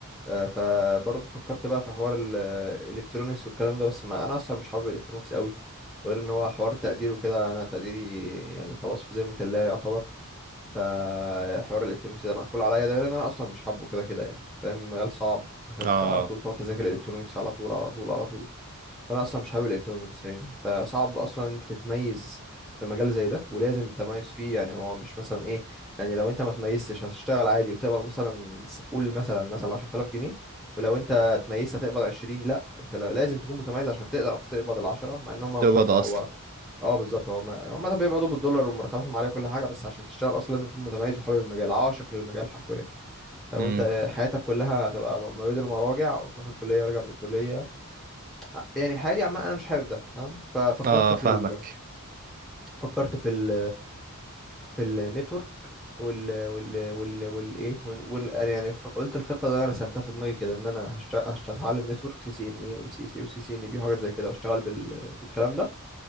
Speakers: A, in the centre; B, on the right (about 40°).
A: آه، فبرضه فكرت بقى في حوار الالكترونيكس والكلام ده بس ما انا اصلا مش حابب الالكترونيكس قوي وغير ان هو حوار التقدير وكده انا تقديري يعني خلاص في زي الله يعتبر فحوار الالكترونيكس ده مقفول عليا ده غير ان انا اصلا مش حابه كده كده يعني فاهم مجال صعب محتاج
B: اه
A: على طول تقعد تذاكر الالكترونيكس على طول على طول على طول انا اصلا مش حابب الالكترونيكس يعني فصعب اصلا انت تتميز في مجال زي ده ولازم التميز فيه يعني هو مش مثلا ايه يعني لو انت ما تميزتش هتشتغل عادي وتقبض مثلا س- قول مثلا مثلا 10000 جنيه ولو انت اتميزت هتقبض 20 لا انت لا- لازم تكون متميز عشان تقدر تقبض ال 10 مع ان هم
B: تبقى
A: مش 10
B: ده
A: هو
B: اصلا
A: اه بالظبط هو ما- هم مثلا بيقبضوا بالدولار ومرتباتهم عاليه وكل حاجه بس عشان تشتغل اصلا لازم تكون متميز وحابب المجال عاشق للمجال حرفيا لو
B: امم
A: انت حياتك كلها هتبقى ما بين المراجع وتروح الكليه وراجع من الكليه يعني الحياة دي عامة أنا مش حابب ده تمام ففكرت
B: اه
A: في
B: فاهمك
A: ال... فكرت في ال... في النتورك وال وال وال والايه وال... وال... أنا يعني ف- قلت الخطة اللي أنا رسمتها في دماغي كده إن أنا هشت... هشت... هتعلم نتورك سي سي إن إي وإم سي سي وسي سي إن بي وحاجات زي كده وأشتغل بال... بالكلام ده